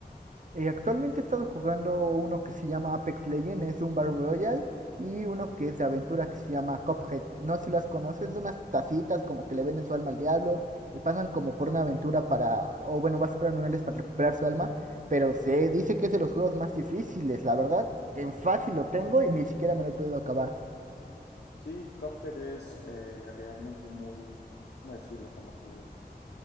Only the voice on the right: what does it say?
eh, actualmente he estado jugando uno que se llama Apex Legends, es un Battle Royale, y uno que es de aventura que se llama Cuphead. No sé si las conoces, de unas tacitas como que le venden su alma al diablo y pasan como por una aventura para, o bueno, vas a esperar niveles para recuperar su alma, pero se dice que es de los juegos más difíciles, la verdad, en fácil lo tengo y ni siquiera me lo he podido acabar.